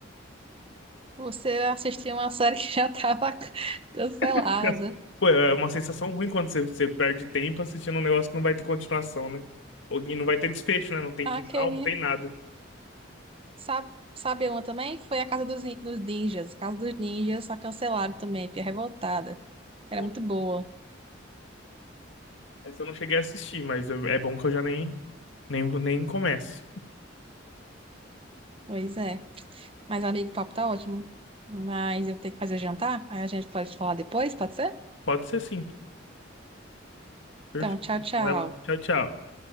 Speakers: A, on the right (about 30°); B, on the left (about 75°).
A: Você assistiu uma série <laughs> que já estava <laughs> cancelada.
B: <laughs> Pô, é uma sensação ruim quando você, você perde tempo assistindo um negócio que não vai ter continuação, né? Ou que não vai ter desfecho, né? Não tem
A: Aquele,
B: final, não tem nada.
A: sabe, sabe uma também? Foi a Casa dos, Nin- dos Ninjas. Casa dos Ninjas, a cancelada também, fiquei revoltada. Era
B: Nossa,
A: muito boa.
B: Essa eu não cheguei a assistir, mas eu- é bom que eu já nem, nem, nem começo.
A: Pois é. Mas, amigo, o papo tá ótimo. Mas eu tenho que fazer o jantar. Aí a gente pode falar depois, pode ser?
B: Pode ser sim. Perfeito.
A: Então, tchau, tchau.
B: Vai lá. Tchau, tchau.